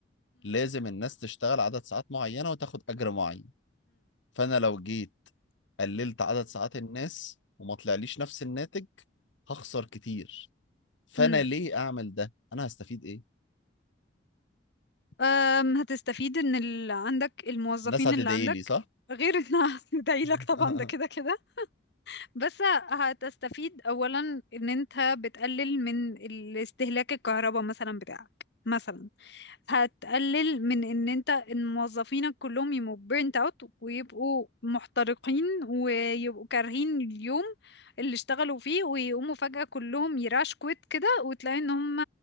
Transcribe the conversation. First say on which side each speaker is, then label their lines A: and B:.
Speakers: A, on the left; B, on the left.
A: لازم الناس تشتغل عدد ساعات معينه وتاخد اجر معين فانا لو جيت قللت عدد ساعات الناس وما طلعليش نفس الناتج هخسر كتير فانا
B: امم
A: ليه اعمل ده انا هستفيد ايه
B: أم، هتستفيد ان ال... عندك الموظفين
A: الناس هتدعي
B: اللي عندك
A: لي صح
B: غير انها <laughs> هتدعي
A: <laughs>
B: لك طبعا ده كده كده بس هتستفيد اولا ان انت بتقلل من ال- استهلاك الكهرباء مثلا بتاعك مثلا هتقلل من ان انت إن موظفينك كلهم يبقوا بيرنت اوت ويبقوا محترقين ويبقوا كارهين اليوم اللي اشتغلوا فيه ويقوموا فجأة كلهم يراش كويت كده وتلاقي ان هم